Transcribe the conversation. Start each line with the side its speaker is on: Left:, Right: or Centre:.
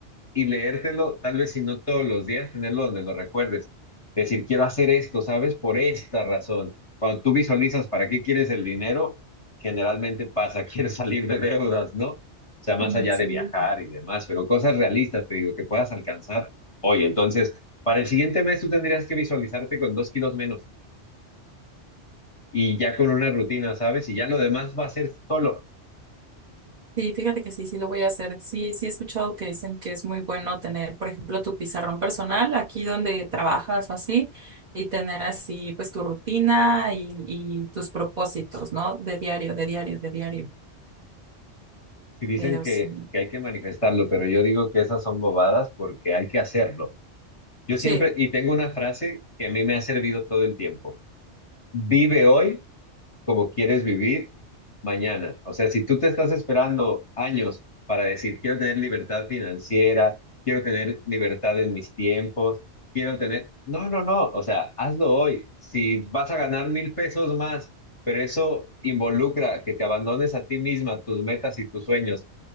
Left: y leértelo, tal vez si no todos los días, tenerlo donde lo recuerdes. Decir, quiero hacer esto, ¿sabes? Por esta razón. Cuando tú visualizas para qué quieres el dinero, generalmente pasa, <laughs> quieres salir de deudas, ¿no? O sea, más
Right: Mm,
Left: allá
Right: Sí,
Left: de viajar y demás, pero cosas realistas, te digo, que puedas alcanzar hoy. Entonces, para el siguiente mes tú tendrías que visualizarte con dos kilos menos y ya con una rutina, ¿sabes? Y ya lo demás va a ser solo.
Right: sí, fíjate que sí, sí lo voy a hacer. Sí, sí he escuchado que dicen que es muy bueno tener, por ejemplo, tu pizarrón personal aquí donde trabajas o así, y tener así pues tu rutina y, y tus propósitos, ¿no? De diario, de diario, de diario.
Left: Si dicen
Right: Pero
Left: que,
Right: sí.
Left: que hay que manifestarlo, pero yo digo que esas son bobadas porque hay que hacerlo. Yo
Right: Sí,
Left: siempre, y tengo una frase que a mí me ha servido todo el tiempo. Vive hoy como quieres vivir mañana. O sea, si tú te estás esperando años para decir, quiero tener libertad financiera, quiero tener libertad en mis tiempos, quiero tener... No, no, no. O sea, hazlo hoy. Si vas a ganar mil pesos más, pero eso involucra que te abandones a ti misma, tus metas y tus sueños